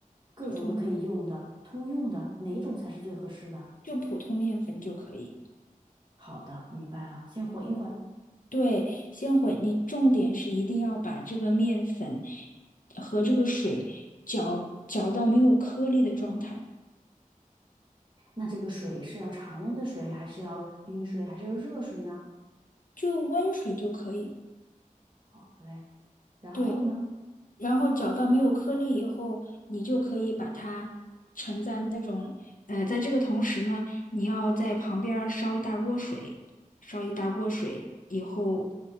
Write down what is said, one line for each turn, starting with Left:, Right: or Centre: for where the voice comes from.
Right: 各种都可以用的，
Left: 普通
Right: 通用的，哪一种才是最合适的？
Left: 就普通面粉就可以。
Right: 好的，明白了，先混一混。
Left: 对，先混，你重点是一定要把这个面粉和这个水搅搅到没有颗粒的状态，
Right: 那这个水是要常温的水，还是要冰水，还是要热水呢？
Left: 就温水就可以。
Right: 好嘞，然后呢？
Left: 对，然后搅到没有颗粒以后，你就可以把它盛在那种，呃，在这个同时呢，你要在旁边儿烧一大锅水，烧一大锅水以后，